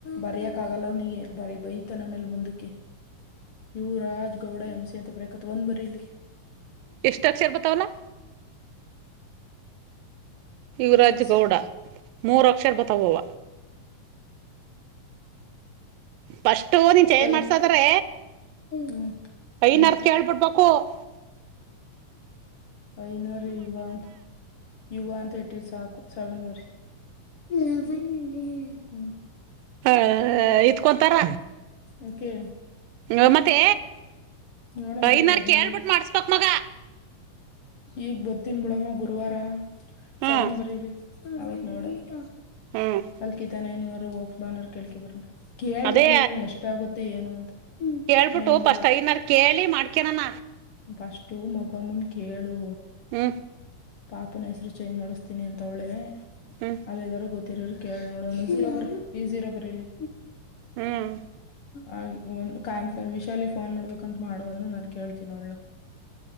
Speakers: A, on the left; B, on the right.
A: ಬರಕ್ ಆಗಲ್ಲ ಅವ್ನಿಗೆ ಬರಿ ಬೈತ ನಮೇಲ್ ಮುಂದಕ್ಕೆ. ಇವು ರಾಜ್ ಗೌಡ ಎಂಸಿ ಅಂತ ಬರಕ್ತ್ ಒಂದ್ ಬರರಿ ಇಲ್ಗೆ.
B: ಎಸ್ತಾಕ್ಷರ ಬತಾವಲ್ಲ. ಯುವರಾಜ್
A: ಸಿಕ್ಸ್
B: ಗೌಡ ಮೂರು ಅಕ್ಷರ ಬತ ಹೋವ. ಫಿರ್ಸ್ಟ್ ನೀನ್ ಚೇಂಜ್
A: ಫೈವ್
B: ಮಾಡ್ಸದ್ರೆ
A: ಹ್ಮ್
B: ಐನೋರ್ನ
A: ಹ್ಮ್
B: ಕೇಳ್ಬಿಡ್ಬ. ಹಪ್ಪ <unintelligible>
A: ಐನೋರ್ನ ಯುುವ ಅಂತ ಯುುವ ಅಂತ ಹೇಟೆ ಚ. ಸ ಬ ಹ್ಮ <unintelligible>
B: ಹ ಇತ್ಕೊಂತಾರ.
A: ಓಕೆ
B: ಹ ಮತ್ತೆ
A: ನೋಡಮ್ ಬಿಡು
B: ಐನಾರ
A: ಹದ್ನೇಳು
B: ಕೇಳ್ಬಿಟ್ಟು ಮಾಡಸ ಮಗ
A: ಈಗ ಬರ್ತೀನಿ ಬಿಡಮ್ಮ ಗುರುವಾರ
B: ಹ್ಮ್
A: ಸೆವೆನ್ ಬರಲಿ ಅವತ್ ನೋಡದು
B: ಹ್ಮ್
A: ಅಲ್ಕಿತಾನೆನವರು ಹೋಗ ಬಾನರ್ ಕೇಳ್ಕ ಬರೋಣ ಕೇಳ
B: ಅದೇ
A: ನೋಡ ಉಳ್ಳೆ ಎಷ್ಟ ಆಗುತ್ತೆ ಏನ ಅಂತ
B: ಕೇಳ್ಬಿಟ್ಟು
A: ನೈನ್ ಬರೀಲಿ
B: ಪಸ್ಟ ಐನಾರ ಕೇಳಿ ಮಾಡ್ಕಳಣ
A: ಫಷ್ಟು ಮೊಗಮನ್ ಕೇಳು
B: ಹ್ಮ
A: ಪಾಪನ ಹೆಸ್ರು ಚೇಂಜ್ ಮಾಡಿಸ್ತೀನಿ ಅಂತವಳೇ
B: ಹ್ಮ್
A: ಅಲ್ಲಿ ಏನಾದರೂ ಗೊತ್ತ ಇರ ಇರ ಕೇಳಿ ನೋಡೋಣ ಜೀರೋ ಬರಿ ಜೀರೋ ಬರಿ ಇಲ್ಲಿ
B: ಹ್ಮ್
A: ಆ ಒಂದು ಕಾನ್ ವಿಶಾಲಿಗೆ ಫೋನ್ ಮಾಡ್ಬೇಕಂತ ಮಾಡುವ ನಾನ್ ಕೇಳ್ತಿನ ನೋ